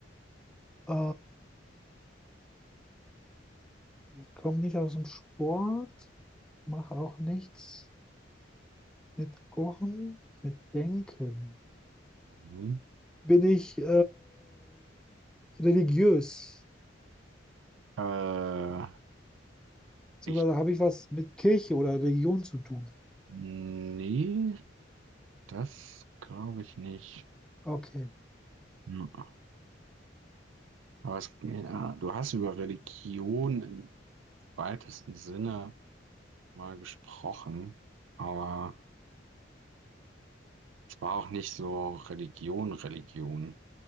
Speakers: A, in the centre; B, on the right (about 80°).
A: Äh, ich komme nicht aus dem Sport, mache auch nichts mit Kochen, mit Denken.
B: Mhm.
A: Bin ich äh, religiös?
B: Äh,
A: Beziehungsweise
B: ich,
A: habe ich was mit Kirche oder Religion zu tun?
B: nee, das glaube ich nicht.
A: Okay.
B: Mhm. Aber es, ja, du hast über Religion im weitesten Sinne mal gesprochen, aber es war auch nicht so Religion, Religion.